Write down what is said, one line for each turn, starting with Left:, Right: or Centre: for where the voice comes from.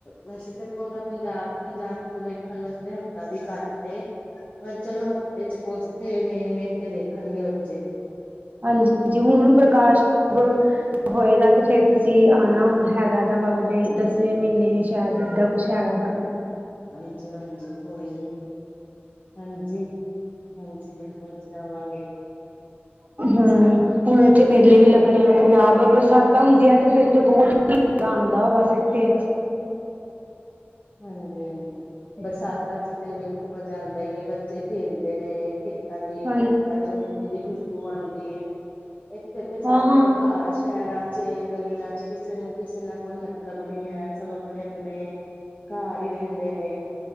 Left: ਵੈਸੇ ਤਾਂਦਾ ਪੰਜਾਬ ਪੰਜਾਬ ਵੇਖਣ ਵਾਸਤੇ ਹਫ਼ਤਾ ਵੀ ਘੱਟ ਪਰ ਚਲੋ ਹਫ਼ਤੇ ਚ ਕੋਰਸ ਤੇ ਮੇਨ ਮੇਨ ਤੇ ਦੇਖਣਗੇ ਬੱਚੇ।
Right: ਹਾਂਜੀ ਜ ਹੁਣ ਪ੍ਰਕਾਸ਼ ਪੁਰਬ ਹੋਏਗਾ ਤੇ ਫੇਰ ਤੁਸੀਂ ਆਉਣਾ ਹੁਣ ਹੈਗਾ ਤਾਂ ਅਗਲੇ ਦਸਵੇਂ ਮਹੀਨੇ ਸ਼ਾਇਦ ਏਦਾਂ। ਛਿਆਟਾ ਸਾਹਿਬ
Left: ਹਾਂਜੀ ਹਾਂਜੀ, ਕੋਈ ਨੀ। ਹਾਂਜੀ ਹਾਂਜੀ, ਬਿਲਕੁਲ ਜੀ ਆਵਾਂਗੇ।
Right: ਹਮ ਹੁਣ ਇੱਥੇ ਮੇਲੇ ਵੀ ਲੱਗਣੇ ਆ, ਪੰਜਾਬ ਬਰਸਾਤਾਂ ਹੁੰਦੀਆਂ ਤੇ ਫੇਰ ਤੇ ਬਹੁਤ ਆਉਂਦਾ ਉਹ ਬਸ ਇੱਥੇ
Left: ਹਾਂ ਹਾਂਜੀ ਹਾਂਜੀ, ਬਰਸਾਤਾਂ ਚ ਤੇ ਵੇਖੋਂ ਮਾਜਾਂ ਆਂਦਾ ਹੀ ਏ ਬ ਬੱਚੇ ਖੇਲਦੇ ਨੇ ਖੇਤਾਂ ਦੀ
Right: ਹਾਂਜੀ,
Left: ਖੇਤਾਂ ਚ ਮਿੱਟੀ ਦੀ ਖੁਸ਼ਬੂ ਆਉਂਦੀ ਹੈ। ਇੱਥੇ ਤੇ ਸਾਡਾ
Right: ਹਾਂ ਹਾਂ
Left: ਇੱਕ ਘਰ ਸ਼ਹਿਰਾਂ ਚ ਗਲੀਆਂ 'ਚ ਕਿਸੇ ਨੂੰ ਕਿਸੇ ਨਾਲ ਕੋਈ ਮਤਲਬ ਨੀ ਹੈ, ਸਭ ਆਪਣੇ ਆਪਣੇ। ਘਰ ਹੀ ਰਹਿੰਦੇ ਨੇ।